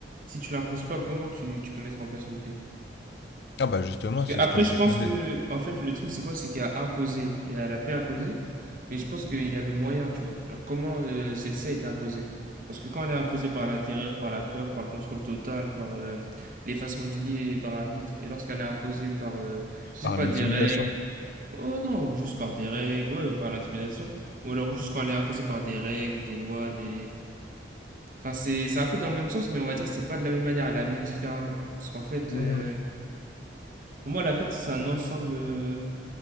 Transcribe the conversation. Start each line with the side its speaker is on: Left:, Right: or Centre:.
Right: si tu l'imposes pas, comment tu, tu peux mettre en place une paix?
Left: Ah bah justement,
Right: Parce que
Left: c'est
Right: après,
Left: ce que je
Right: je
Left: défendais
Right: pense que, en fait, le truc, c'est quoi? C'est qu'il y a imposé, il y a la paix imposée, mais je pense qu'il y a le moyen, tu vois. Genre, comment euh, celle-ci a été imposée? Parce que quand elle est imposée par la terreur, par la peur, par le contrôle total, par euh, l'effacement du lit et par arbitre, et lorsqu'elle est imposée par, euh, je sais
Left: par
Right: pas,
Left: l'intimidation.
Right: des règles, oh non, ou juste par des règles, ouais, ou par l'intimidation, ou alors juste quand elle est imposée par des règles, des lois, des... Enfin, c'est c'est un peu dans le même sens, mais on va dire que c'est pas de la même manière, elle est amenée différemment. Parce qu'en fait,
Left: Hmm.
Right: euh, pour moi, la paix, c'est un ensemble. euh,